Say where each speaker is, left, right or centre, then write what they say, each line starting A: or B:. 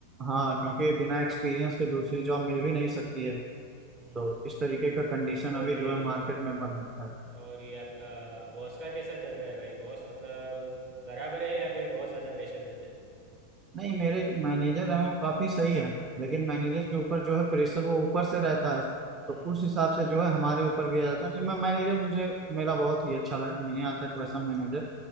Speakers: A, on the right; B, on the right.
A: हाँ क्योंकि बिना एक्सपीरियंस के दूसरी जॉब मिल भी नहीं सकती है
B: हम्म
A: तो इस तरीके का कंडीशन
B: और
A: अभी
B: ये
A: जो है मार्केट में बन रखा है
B: और ये आपका बॉस का कैसा चल रहा है भाई बॉस मतलब बराबर है या फिर बहुत ज़्यादा प्रेशर देते हैं
A: नहीं मेरे जो मैनेजर हैं वो काफी सही है लेकिन मैनेजर के ऊपर जो है प्रेशर वो ऊपर से रहता है
B: हम्म,
A: तो उस हिसाब से जो है हमारे ऊपर भी आ जाता है नहीं मैं मैनेजर मुझे मेरा बहुत ही अच्छा लगा मैंने यहाँ तक वैसा मैनेजर